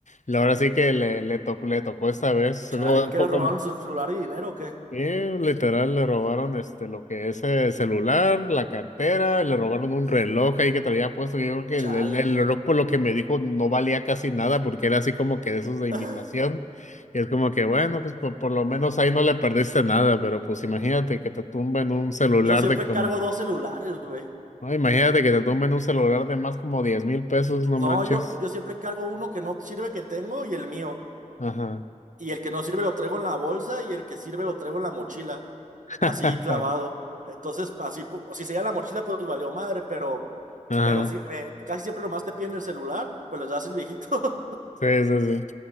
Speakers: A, on the left; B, on the right.
A: la- ahora sí que le, le tocó, le tocó esta vez,
B: Chale,
A: como,
B: ¿qué quieres
A: como-
B: robar un celular y dinero o qué?
A: eh, literal, le robaron este lo que es el celular, la cartera, le robaron un reloj ahí que traía puesto. Yo creo que
B: Chale.
A: el, el- el reloj, por lo que me dijo, no valía casi nada porque era así como que de esos de imitación.
B: <laughs>
A: Y es como que, bueno, pues por, por lo menos ahí no le perdiste nada, pero pues imagínate que te tumben un celular
B: Yo siempre
A: de como,
B: cargo dos celulares, güey.
A: no, imagínate que te tumben un celular de más como diez mil pesos, no
B: No,
A: manches.
B: yo, yo siempre cargo uno que no sirve que tengo y el mío.
A: Ajá.
B: Y el que no sirve lo traigo en la bolsa y el que sirve lo traigo en la mochila.
A: <laughs>
B: Así clavado. Entonces, así, pu- si se lleva la mochila, pues valió madre, pero,
A: Ajá.
B: pero si me, casi siempre nomás te piden el celular, pues les das el viejito. <laughs>
A: Sí, sí, sí.